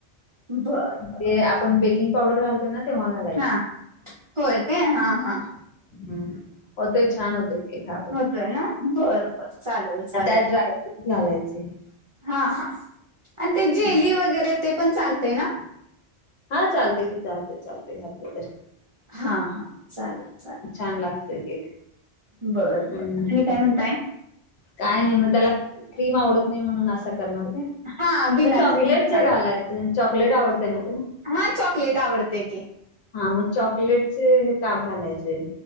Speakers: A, on the right; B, on the left.
A: बर बर
B: ते आपण बेकिंग पावडर घालतोय ना. तेव्हा घालायचं.
A: हा होय. काय हा हा.
B: हम्म, छान होतय केक आतन.
A: होतोय ना. बर बर चालेल चालेल.
B: आणि त्यात ड्रायफ्रुट्स घालायचे.
A: हा हां आणि ते जेली
B: हं.
A: वगैरे ते पण चालते ना.
B: हा चालते की चालते चालतेय घातलं तर.
A: हा हा चालेल. चालेल.
B: छान लागतोय केक
A: बर
B: हम्म
A: बर आणि काय म्हणताय?
B: काय नाही मग त्याला क्रीम आवडत नाही म्हणून असं करणार का?
A: हा बिना
B: मग चॉकलेटचे
A: क्रीमचा
B: घालायचे चॉकलेट आवडते ना तर.
A: हा चॉकलेट आवडते की.
B: हा मग चॉकलेटचे हे काप घालायचे.